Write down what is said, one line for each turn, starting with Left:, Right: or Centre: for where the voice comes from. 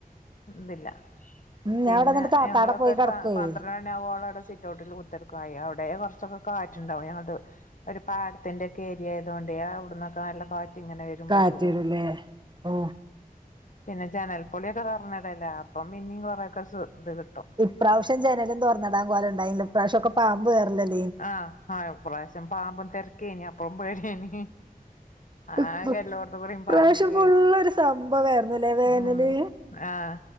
Left: ഇതില്ല
Right: ഉം ഞാൻ
Left: പിന്നെ
Right: ഇവിടെ എന്നിട്ട് താത്താടെ
Left: ഞങ്ങളൊക്കെ
Right: പോയി
Left: ഒരു
Right: കിടക്കുവേ
Left: പന്ത്ര യാവോളം സിറ്റ ഔട്ടിൽ കുത്തിർക്കായി അവിടെ കുറച്ചൊക്കെ കാറ്റിണ്ടാവും ഞ അത് ഒരു പാടത്തിന്റെ ഒക്കെ ഏരിയ ആയതുക കൊണ്ട അവിടുന്നൊക്കെ നല്ല കാറ്റ് ഇങ്ങനെ വരും
Right: കാറ്റരുല്ലേ
Left: സുഖം
Right: ഓ
Left: പിന്നെ ജനൽ പൊളി ഒക്കെ പറഞ്ഞിടല്ലേ അപ്പം പിന്നും കുറേയൊക്കെ ഇത് കിട്ടും
Right: ഇപ്രാവശ്യം ജനലും തുറന്നടാൻ പോല ഉണ്ടായില്ല ഇ്രാവശ്യം ഓകെ പാമ്പ് കേറില്ലേ
Left: ആഹ ഇ പ്രാവശ്യം പാമ്പും തിരക്കേനി അപ്പളും പേടനി ആകെ
Right: ഇപ്പ
Left: എല്ലോടത്ത് കൂടെയും
Right: ഇപ്രാവശ്യം
Left: പാമ്പ്
Right: ഫുള്ളൊരു സംഭവായിരുന്നുല്ലേ വേനല്
Left: ഉം ആഹ്